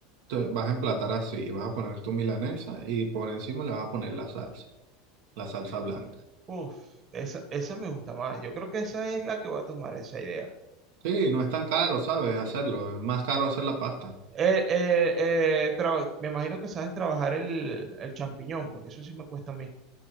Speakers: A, on the right; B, on the right.
A: te- vas a emplatar así, vas a poner tu milanesa y por encima le vas a poner la salsa, la salsa blanca.
B: Uf, esa, esa me gusta más. Yo creo que esa es la que voy a tomar esa idea.
A: Sí, no es tan caro, ¿sabes? Hacerlo, es más caro hacer la pasta.
B: Eh, eh, eh, traba- me imagino que sabes trabajar el, el champiñón, porque eso sí me cuesta a mí.